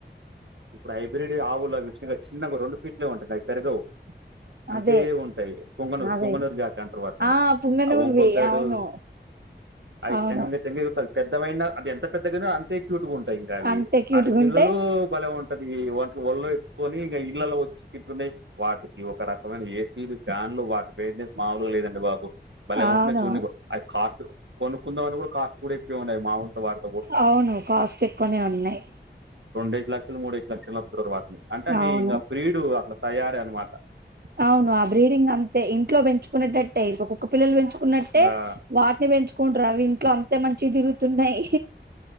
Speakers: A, on the right (about 80°); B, on the right (about 60°).
A: ఇప్పుడు హైబ్రిడ్ వె ఆవులు అవి చి చిన్నగా రెండు ఫీట్లే ఉంటంది అవి పెరగవు. అంతే
B: అదే
A: ఉంటాయి. పుంగనూరు
B: అదే
A: పుంగనూరు జాతి అంటారు వాటిని.
B: ఆ పుంగనూరువి
A: ఆ ఒంగోలు సైడు
B: అవును
A: అవి
B: అవును
A: చెంగు చెంగు ఎగురుతాది. పెద్దవైనా అది ఎంత పెద్దగైన అంతే క్యూట్ గా ఉంటాయి ఇంక అవి.
B: అంతే క్యూట్గా
A: ఆడి పిల్లలు
B: ఉంటాయి
A: బలే ఉంటా టది వంటలు ఒళ్ళో ఎత్తుకొని ఇగ ఇళ్లలో వచ్చి తింటున్నాయి. వాటికి ఒక రకమైన ఏసీలు, ఫ్యాన్ ఇన్లో వాటి బిజినెస్ మామలుగా లేదండి బాబు భలే
B: అవును
A: ఉంటునయి చూడనీకి అది కాస్ట్, కొనుక్కుందామని కూడా కాస్ట్ కూడా ఎక్కువే ఉన్నాయి. మాముూలుతో వారు
B: అవును. కాస్ట్ ఎక్కువనే ఉన్నాయి.
A: రొండేసి లక్షలు, మూడేసి లక్షలు అమ్ముతుర్రు వాటిని. అంటే, అవి
B: అవును
A: ఇంకా బ్రీడు అట్లా తయారి అన్నమాట.
B: అవును ఆ బ్రీడ్ ఇంగ అంతే. ఇంట్లో పెంచుకునేటట్టే ఇప్ కుక్క పిల్లలు పెంచుకున్నట్టే,
A: ఇంకా
B: వాటిని పెన్ చుకుంటరా అవి ఇంట్లో అంతే మంచిగ తిరుగుతున్నాయి.